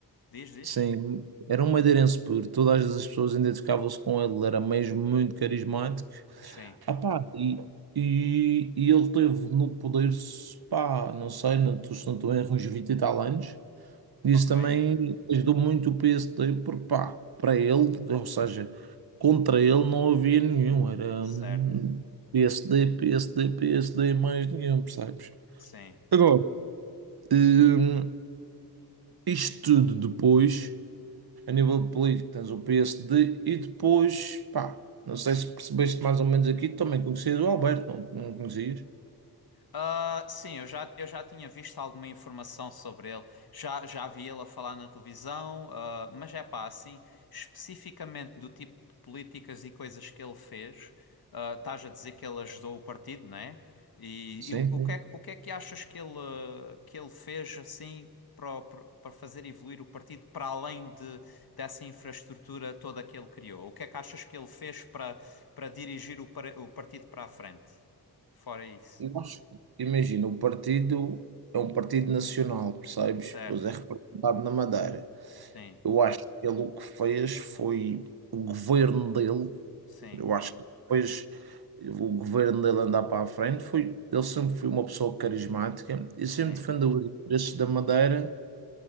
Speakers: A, on the left; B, on the right.
A: Diz, diz?
B: Sim, era um madeirense puro. Todas as pessoas identificavam-se com ele, ele era mesmo muito carismático.
A: Sim.
B: Ah, pá, e, e, e ele teve no poder, pá, não sei, não estou se não estou em erro, uns 20 e tal anos. Isso
A: Ok.
B: também ajudou muito o PSD, porque, pá, para ele, ou seja, contra ele não havia nenhum. Era
A: Certo.
B: hum, PSD, PSD, PSD, mais nenhum, percebes?
A: Sim.
B: Agora, hum, isto tudo depois, a nível político, tens o PSD e depois, pá, não sei se percebeste mais ou menos aqui, também conhecias o Alberto, não, não conhecias?
A: Ah, sim, eu já, eu já tinha visto alguma informação sobre ele, já, já vi ele a falar na televisão, ah, mas é pá, assim, especificamente do tipo de políticas e coisas que ele fez, ah, estás a dizer que ele ajudou o partido, não é? E,
B: Sim,
A: e o, o
B: sim.
A: que é, que- o que é que achas que ele, ah, que ele fez assim para, o- para para fazer evoluir o partido para além de, dessa infraestrutura toda que ele criou? O que é que achas que ele fez para, para dirigir o, par- o partido para a frente? Fora isso.
B: Nós, imagina, o partido é um partido nacional, percebes?
A: Certo.
B: Pois é representado na Madeira.
A: Sim,
B: Eu acho que ele o que fez foi o governo dele,
A: sim,
B: eu acho que depois o governo dele andar para a frente, foi, ele sempre foi uma pessoa carismática e sempre
A: sim.
B: defendeu os interesses da Madeira